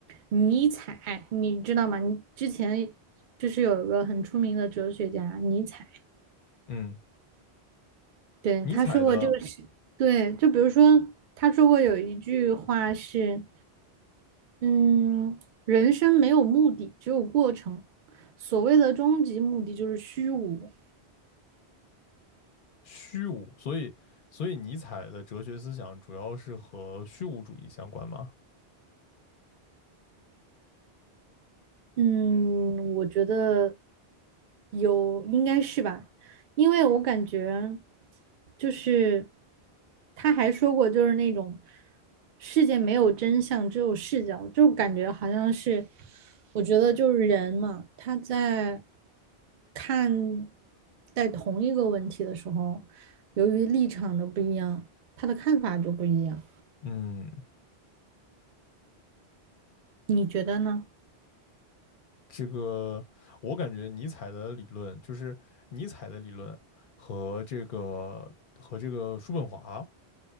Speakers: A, on the right (about 55°); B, on the left (about 60°).
A: 尼采，你知道吗？你之前就是有一个很出名的哲学家尼采。
B: 嗯，
A: 对，
B: 尼采的
A: 他说过这个是，对，就比如说他说过有一句话是，嗯，人生没有目的，只有过程。所谓的终极目的就是虚无。
B: 虚无，所以所以尼采的哲学思想主要是和虚无主义相关吗？
A: 嗯，我觉得有，应该是吧，因为我感觉就是他还说过，就是那种世界没有真相，只有视角，就感觉好像是，我觉得就是人嘛，他在看待同一个问题的时候，由于立场的不一样，他的看法就不一样，
B: 嗯
A: 你觉得呢？
B: 这个我感觉尼采的理论，就是尼采的理论和这个和这个叔本华